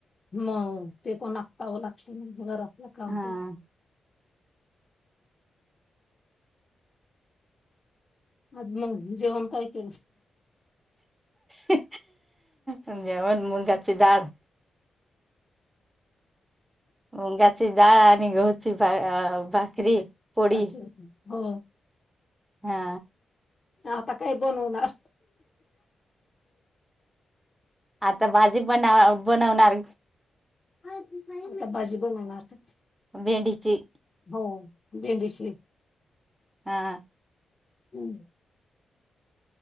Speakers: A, on the left; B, on the right.
A: मग ते पण आटपावं लागत घरातलं काम
B: हा
A: आज मग जेवण काय <inaudible>
B: ही अ जेवन मुगाची डाल मुंगाची डाळ आणि गहूची भाकरी पोळी
A: अच्छा है हो
B: हा
A: आता काय बनवणार
B: आता भाजी बनाव बनवणार.
A: आता भाजी बनवणार
B: भेंडीची
A: हो भेंडीची
B: हा
A: हम्म